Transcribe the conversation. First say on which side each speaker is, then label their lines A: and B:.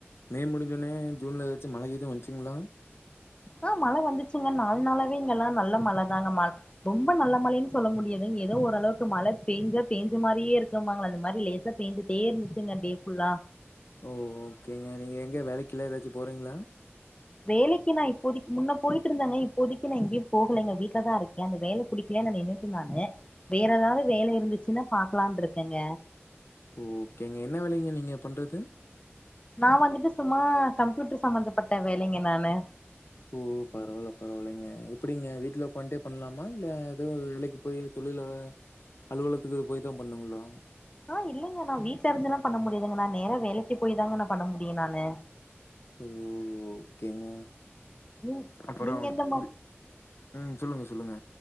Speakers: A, on the left; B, on the left.
A: மே முடிஞ்சொனே ஜூன்ல எதாச்சு மழகீது வந்துச்சுங்ளா
B: ஆ மழ வந்துச்சுங்க நாலு நாளாவே இங்கெல்லா நல்ல மழ தாங்க மழ ரொம்ப நல்ல மழைன்னு சொல்ல முடியாதுங் எதோ ஓரளவுக்கு மழ பேஞ்சா பேஞ்ச மாரியே இருக்கும்பாங்கள அந்த மாரி லேசா பேஞ்சிட்டே இருந்துச்சிங்க டே ஃபுல்லா
A: ஓ ஓகேங்க நீங்க எங்க வேலைக்கெல்லா எதாச்சி போறிங்ளா
B: வேலைக்கி நா இப்போதக்கி முன்ன போயிட்டு இருந்தங்க இப்போதைக்கி நா எங்கயு போகலைங்க வீட்லதா இருக்க அந்த வேலை புடிக்கலன்னு நின்னுட்டே நானு வேற ஏதாது வேல இருந்துச்சின்னா பாக்கலான்ட்ருக்கங்க
A: ஓ ஓகேங்க என்ன வேலைங்க நீங்க பண்றது
B: நா வந்துட்டு சும்மா கம்ப்யூட்டர் சம்பந்தப்பட்ட வேலைங்க நானு
A: ஓ பரவால்ல பரவால்லைங்க எப்டிங்க வீட்ல உக்காண்ட்டே பண்ணலாமா இல்ல எதுவு வேலைக்கு போய் தொழில அலுவலத்துக்கு போய் தா பண்ணணுங்களா
B: ஆ இல்லைங்க நா வீட்ல இருந்துல்லா பண்ண முடியாதுங்க நா நேர வேலைக்கே போய் தாங்க நா பண்ண முடியு நானு
A: ஓ ஓகேங்க
B: நீங்
A: அப்புறம்
B: நீங்க எந்த மா
A: வி ம் சொல்லுங்க சொல்லுங்க.